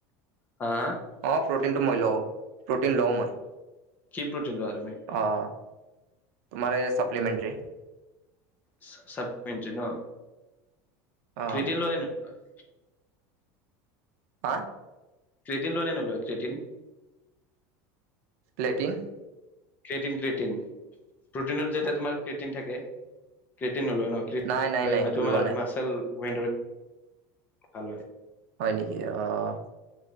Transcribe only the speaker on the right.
অ' প্ৰটিনটো মই লওঁ প্ৰটিন লও মই
আহ। মানে চাপ্লিমেন্তৰী।
অ'।
হা।
প্লেটিং।
নাই নাই
নাই এইটো
লোৱা নাই
হয় নেকি অ'